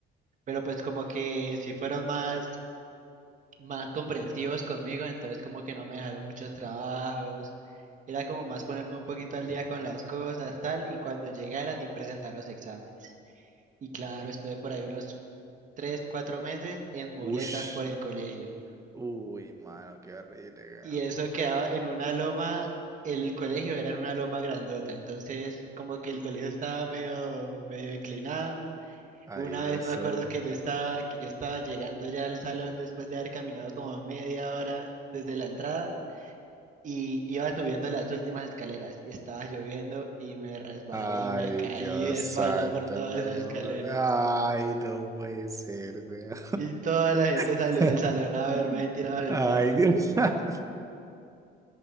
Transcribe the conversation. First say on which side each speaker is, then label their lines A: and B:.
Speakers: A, on the right; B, on the right.
A: pero pues como que sí fueron más, más comprensivos conmigo, entonces como que no me dejaron muchos trabajos. Era como más ponerme un poquito al día con las cosas, tal, y cuando llegara sí presentar los exámenes. Y claro, estuve por ahí unos tres, cuatro meses en muletas
B: Ush.
A: por el colegio.
B: Uy, mano, qué horrible, weón.
A: Y eso quedaba en una loma, el colegio era en una loma grandota, entonces como que el colegio estaba medio, medio inclinado.
B: Ay,
A: Una
B: Dios
A: vez me
B: santo.
A: acuerdo que yo estaba, que yo estaba llegando ya al salón después de haber caminado como media hora desde la entrada y iba subiendo las últimas escaleras y estaba lloviendo y me resbalé
B: Ay,
A: y me caí
B: Dios
A: de espalda
B: santo,
A: por todas
B: weón.
A: esas escaleras.
B: Ay, no puede ser, weón.
A: Y toda la gente
B: <laughs>
A: salió del salón a verme ahí tirado en el
B: Ay,
A: piso.
B: Dios. <laughs>